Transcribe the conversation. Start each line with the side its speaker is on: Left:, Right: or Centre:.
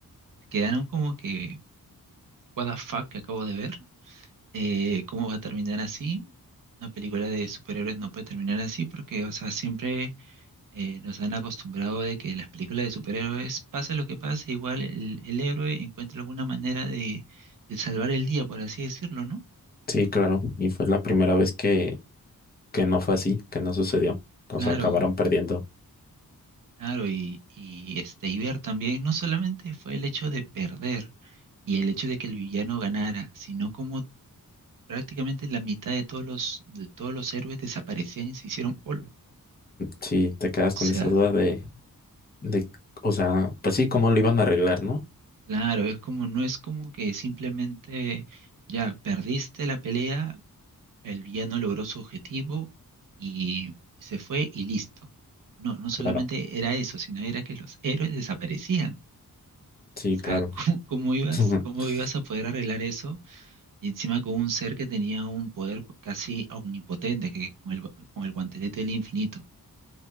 Right: Quedaron como que, what the fuck que acabo de ver, Eh, ¿cómo va a terminar así? Una película de superhéroes no puede terminar así porque, o sea, siempre eh, nos han acostumbrado de que las películas de superhéroes, pase lo que pase, igual el, el héroe encuentra alguna manera de, de salvar el día, por así decirlo, ¿no?
Left: sí, claro. Y fue la primera vez que, que no fue así, que no sucedió. O
Right: Claro,
Left: sea, acabaron perdiendo.
Right: claro, y, y este, y ver también, no solamente fue el hecho de perder y el hecho de que el villano ganara, sino como prácticamente la mitad de todos los, de todos los héroes desaparecían y se hicieron polvo.
Left: Sí, te quedas
Right: O sea,
Left: con esa duda de, de, o sea, pues sí, cómo lo iban a arreglar, ¿no?
Right: claro, es como, no es como que simplemente ya perdiste la pelea El villano logró su objetivo y se fue y listo. No, no solamente
Left: Claro,
Right: era eso, sino era que los héroes desaparecían.
Left: sí,
Right: O sea,
Left: claro.
Right: <laughs> ¿cómo, cómo ibas, cómo
Left: <laughs>
Right: ibas a poder arreglar eso? Y encima con un ser que tenía un poder casi omnipotente, que con el, con el guantelete del infinito.